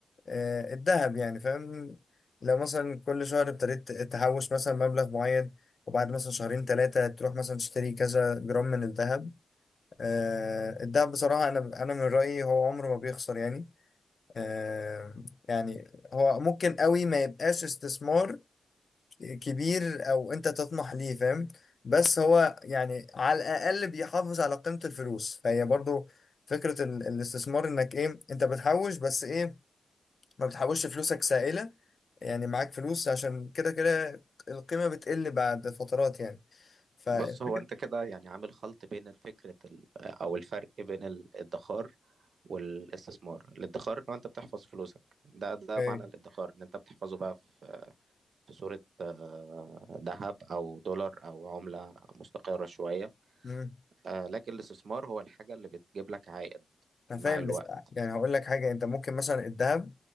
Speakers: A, on the left; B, on the right.
A: آه الذهب يعني فاهم لو مثلا كل شهر ابتديت تحوش مثلا مبلغ معين وبعد مثلا شهرين ثلاثة تروح مثلا تشتري كذا جرام من الذهب آه، الدهب بصراحة أنا أنا من رأيي هو عمره ما بيخسر يعني آه، يعني هو ممكن قوي ما يبقاش استثمار كبير أو أنت تطمح ليه فاهم بس هو يعني على الأقل بيحافظ على قيمة الفلوس فهي برضو فكرة ال- الاستثمار إنك إيه أنت بتحوش بس إيه ما بتحوش فلوسك سائلة يعني معاك فلوس عشان كده كده القيمة بتقل بعد فترات يعني ففكرة
B: بص هو انت كده يعني عامل خلط بين الفكرة ال- او الفرق بين ال- الادخار والاستثمار الادخار ان هو انت بتحفظ فلوسك ده ده
A: إيه؟
B: معنى الادخار ان انت بتحفظه بقى في في صورة آه، ذهب أو دولار أو عملة مستقرة شوية
A: مم.
B: آه، لكن الاستثمار هو الحاجة اللي بتجيب لك عائد
A: انا
B: مع
A: فاهم
B: الوقت
A: بس يعني هقول لك حاجه انت ممكن مثلا الذهب